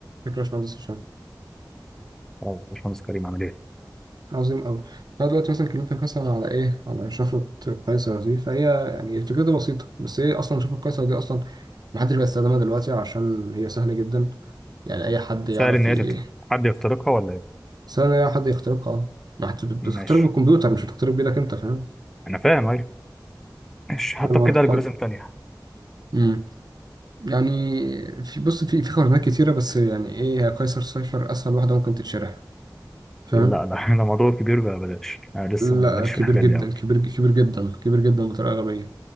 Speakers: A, on the right; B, in the centre.
A: فكرة يا باشمهندس هشام
B: اه باشمهندس كريم عامل ايه؟
A: عظيم أوي فأنا دلوقتي مثلا كلمتك مثلا على إيه؟ على شفرة قيصر دي فهي يعني فكرتها بسيطة بس هي أصلا شفرة قيصر دي أصلا محدش بيستخدمها دلوقتي عشان هي سهلة جدا يعني أي حد يعرف
B: سهل ان هي
A: ي-
B: تت- حد يخترقها ولا ايه؟
A: سهل أي حد يخترقها أه ما حد- بتخترق
B: ماشي
A: بالكمبيوتر مش بتخترق بإيدك أنت فاهم؟
B: انا فاهم ايوه ماشي حتى
A: فاهم الوضع
B: بكده الجوريزم
A: فاهم؟
B: تانية
A: أمم. يعني في بص في في خرائط كتيرة بس يعني إيه هي قيصر صفر أسهل واحدة ممكن تتشرح فاهم؟
B: لا لا <laughs> انا موضوع كبير بقى بلاش انا لسه ماليش
A: لا كبير
B: في الحاجات
A: جدا
B: دي قوي
A: كبير كبير جدا كبير جدا بطريقة غبية